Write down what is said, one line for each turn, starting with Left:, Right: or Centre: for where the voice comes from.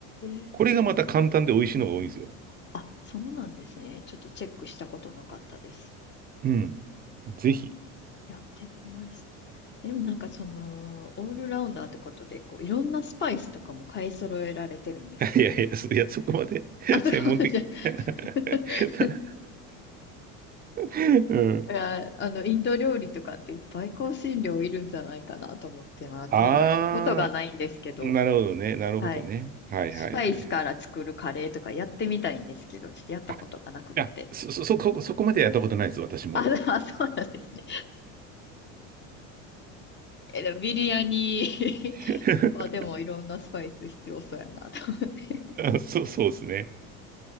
Left: え。
Right: これがまた簡単で美味しいのが多いんですよ。
Left: あ、そうなんですね。ちょっとチェックしたことなかったです。
Right: うん。ぜひ。
Left: やってみます。えでもなんかその、オールラウンダーってことで、こう、いろんなスパイスとかも買い揃えられてるんですか
Right: いやいや、そいや、そこまで <laughs>
Left: あ、そこまでじゃ。
Right: 専門的
Left: <laughs>
Right: <laughs> ただ <laughs> うん。
Left: いや、あの、インド料理とかっていっぱい香辛料いるんじゃないかなと思って、まだ手を出したことがないんですけど、
Right: ああ、なるほどね。なるほどね。
Left: はい。
Right: はいはいはいはい。
Left: スパイスから作るカレーとかやってみたいんですけど、ちょっとやったことがなくって。
Right: あ、いや、そ、そ、そこ、そこまでやったことないです、私も。
Left: あ、でもあ <laughs> そうなんですね。え、でもビリヤニ <laughs>
Right: <laughs>
Left: はでもいろんなスパイス必要そうやなと思って。
Right: そう、そうですね。